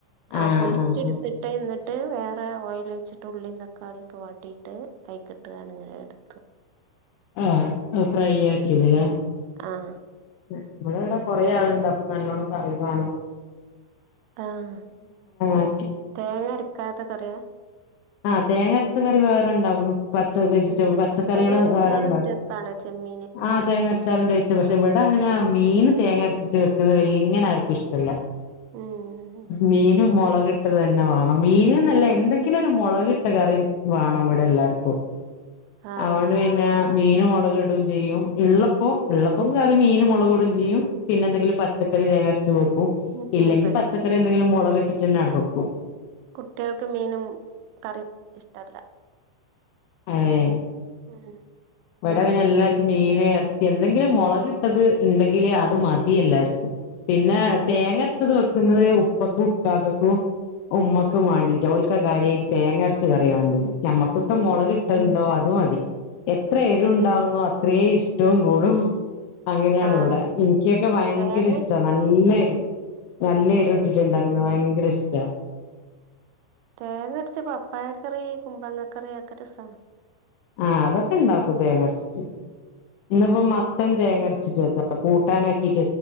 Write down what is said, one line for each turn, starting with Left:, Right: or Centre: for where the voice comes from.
Right: ആ
Left: ആഹ്
Right: പൊരിച്ചെടുത്തിട്ടേ
Left: ആഹ്
Right: എന്നിട്ട് ട്ട് വേറെ ഓയിൽ വെച്ചിട്ട് ഉള്ളീും തക്കാളി െ വാട്ടിയിട്ട് കൈക്കിട്ടുകണിങ്ങനെ എടുത്തു
Left: ആഹ ഫ്രൈ ആക്കിയത്ല്ല
Right: ആഹ
Left: നമ്മടെ ഇവിടെ കൊറെേ ആളുണ്ട് അപ്പൊ നല്ലോണംക്ക് അറിവാണ്ോ
Right: ആഹ
Left: ആക്കി
Right: തേങ്ങര ക്കത്തൊക്കറിയ
Left: ആ് തേങ്ങരച്ച കറി വേറെണ്ടാകും പച്ച വെജിറ്റബിൾ
Right: ഉം
Left: പച്ചക്കറികൾ
Right: തേങ്ങ അരച്ചാലും
Left: വേറെണ്ടോ
Right: രസാണ് ചെമ്മീന്
Left: ആഹ തേങ്ങരടച്ചാലും ടേസ്റ്റ് പക്ഷെവിട അങ്ങനെ മീൻ തേങ്ങ അരച്ചിട്ട് വെക്കുന്നത് എെങ്ങനെ ആർക്കും ഇഷ്ടമല്ല
Right: ഉം
Left: മീൻ മുളകിട്ട് തന്നെ വേണം മീന നല്ല എന്തെങ്കിലും മുളക്കിട്ട കറി വേണം ഇവിടെ എല്ലാർക്കും
Right: ആഹ്
Left: അതൊണ്ട് പിന്നെ മീൻ മുളകക് ഇടും ചെയ്യും ഉള്ളപ്പോം ഉള്ളപ്പം കയറി മീനന് മുളക ഇടയും ചെയ്യും പിന്നെ എന്തെങ്കിലും പച്ചക്കറി തേങ്ങ അരച്ച പോക്കും അ
Right: ഉം
Left: ഇല്ലെങ്കിൽ
Right: ഇവിടെ
Left: പച്ചക്കറി എന്തെങ്കിലും മുളകിട്ട കിചൻ ആടക്കും
Right: കുട്ടികൾക്ക് മീനും കറിയും ഇഷ്ടല്ല
Left: ആഹ
Right: ആഹ
Left: ഇവിടെ പിനെ എല്ലാർക്കും മീന ഇറച്ചി എന്തെങ്കിലും മുളക്ിട്ടത് ഉണ്ടെങ്കില് അത് മതി എല്ലാർക്കും പിന്നെ തേങ്ങ
Right: ഉം
Left: അരച്ചത് വെ ുന്നത് ഉപ്പക്കും ഉക്കാക്കക്കും ഉമ്മക്കും വേണ്ടിട്ട് ഓലക്ക കാര്യമായിട്ട് തേങ്ങ അരച്ച കറി വേണ്ടി് ഞമ്മക്കൊക്കെ
Right: ഉം
Left: മുളക് കിട്ടണ്ടോ അ അത മതി എത്ര എരു ഉണ്ടാാവുന്നു
Right: ഏഹ്
Left: അത്രേ ഇഷ്ടം വും കൂട് <unintelligible> അങ്ങനെയണ്
Right: ആഹ്
Left: ഇവിടെ എനിക്കൊക്കെ ഭയങ്കര
Right: തേങ്ങ
Left: ഇഷ്ട നല്ലായിരുന്നു നല്ല ഇരുട്ടിട്ട്
Right: ഉം
Left: ഇണ്ടാക്കുന്ന ഭയങ്ക ങ്കരഷ്ടാ
Right: തേങ്ങ അടിച്ചപ്പ പപ്പായക്കറി കുമ്പളങ്ങക്കറിയ ഒക്കെ രസ
Left: ആ അതൊക്കെ ഉണ്ടാക്കൂ തേങ്ങരച്ചിട്ട് ഇന്നിപ്പോ
Right: ഉം
Left: മത്തൻ തേങ്ങര ച്ചിട്ട് വെച്ച കൂട്ടാനാക്കി